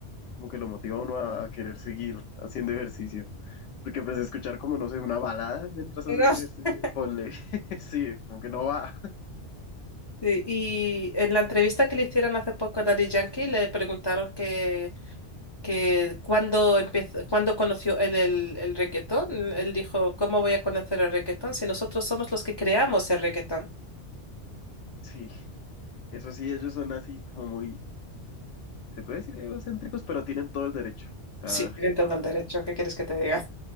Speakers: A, on the left (about 80°); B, on the left (about 30°).
A: como que lo motiva a uno a a querer seguir haciendo ejercicio. Porque pues escuchar como, no sé, una balada mientras haces
B: No.
A: ejercicio,
B: <laughs>
A: ponle, <laughs> sí, como que no va.
B: Sí, Y, en la entrevista que le hicieron hace poco a Daddy Yankee le preguntaron que, que cuándo empezó, cuándo conoció él el, el reggaetón. Él dijo, ¿cómo voy a conocer el reggaetón si nosotros somos los que creamos el reggaetón?
A: Sí, eso sí, ellos son así como muy, se puede decir egocéntricos, pero tienen todo el derecho. Ah,
B: Sí, tienen todo el derecho, ¿qué quieres que te diga?